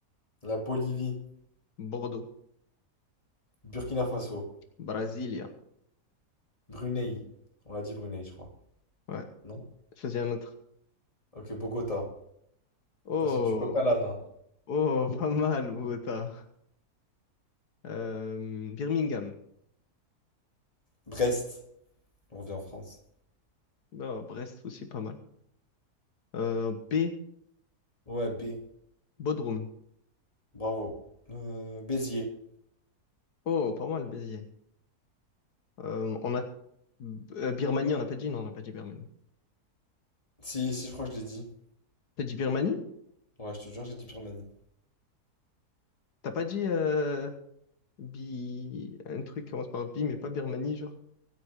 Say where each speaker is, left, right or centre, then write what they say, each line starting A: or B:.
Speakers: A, on the left (about 20°); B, on the left (about 80°).
A: la Bolivie,
B: Bordeaux,
A: Burkina Faso,
B: Brasilia.
A: Brunei. On l'a dit Brunei, je crois.
B: Ouais,
A: Non?
B: choisis un autre.
A: Ok, Bogota.
B: Oh,
A: Enfin, c'est du coq à l'âne. hein.
B: oh, pas mal, Bogota. Euh, Birmingham.
A: Brest. On revient en France.
B: Non, Brest aussi, pas mal. Euh, B.
A: Ouais, B.
B: Bodrum.
A: Bravo. Euh, Béziers.
B: Oh, pas mal, Béziers. Euh, on a euh, Birmanie, on n'a pas dit, non, on n'a pas dit Birmanie.
A: Si, si, je crois que je l'ai dit.
B: T'as dit Birmanie?
A: Ouais, je te jure, j'ai dit Birmanie.
B: T'as pas dit euh, Bi... un truc qui commence par Bi, mais pas Birmanie, genre?